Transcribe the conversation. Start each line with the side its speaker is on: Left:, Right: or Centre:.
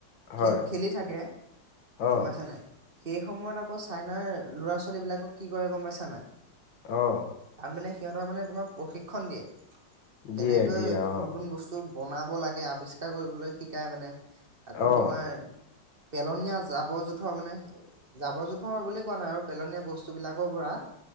Left: হয়
Right: খ খেলি থাকে
Left: অ',
Right: গম পাইছ নে নাই সেই সময়ত আকৌ চাই। আপোনাৰ ল'ৰা-ছোৱালী বিলাকক কি কৰে গম পাইছা নে নাই।
Left: অহ।
Right: তাত মানে সিহঁতক মানে তোমাক প্ৰশিক্ষণ দিয়ে কেনেকৈ
Left: দিয়ে দিয়ে অ',
Right: নতুন বস্তু বনাব লাগে আৱিষ্কাৰ কৰিবলৈ শিকাই মানে আকৌ
Left: অ',
Right: তোমাৰ। পেলনীয়া জাবৰ-জোঁথৰ মানে জাবৰ-জোঁথৰ বুলি কোৱা নাই আৰু পেলনীয়া বস্তু। বস্তুবিলাকৰ পৰা